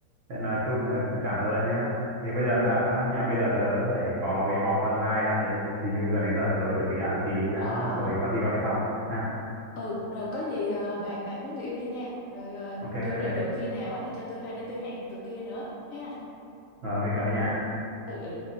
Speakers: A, on the right (about 60°); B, on the left (about 80°).
A: thế nói chung là cũng cảm ơn nhá thì bây giờ
B: ừ
A: à phát âm nhà bây giờ tớ phải có cái họp online đã đến hình như gần đến giờ tớ chuẩn bị đã tí đã
B: ờ ờ
A: rồi
B: ờ
A: có gì gọi sau ha
B: ừ rồi có gì ờ, bàn bạc với người yêu đi nha rồi ờ,
A: ok
B: vô
A: ok
B: đây được khi nào á thì cho tôi hay để tôi hẹn tụi kia nữa ha
A: rồi ok cảm ơn nha
B: ừ ừ